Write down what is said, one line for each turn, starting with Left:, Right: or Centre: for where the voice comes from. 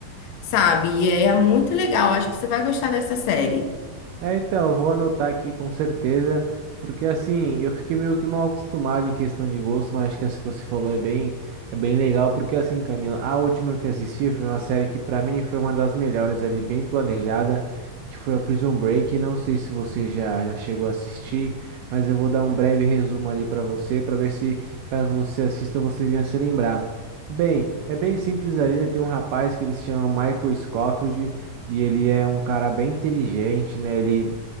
Left: sabe? E é, é muito legal, acho que você vai gostar dessa série.
Right: É, então, eu vou anotar aqui com certeza, porque assim, eu fiquei meio que mal acostumado em questão de gosto, mas acho que essa que você falou é bem, é bem legal, porque assim, Camila, a última que eu assisti foi uma série que pra mim foi uma das melhores ali, bem planejada, que foi a Prison Break, não sei se você já, já chegou a assistir, mas eu vou dar um breve resumo ali pra você, pra ver se, caso você assista, você venha se lembrar. Bem, é bem simples ali, né? Tem um rapaz que ele se chama Michael Scofield, e ele é um cara bem inteligente, né? Ele,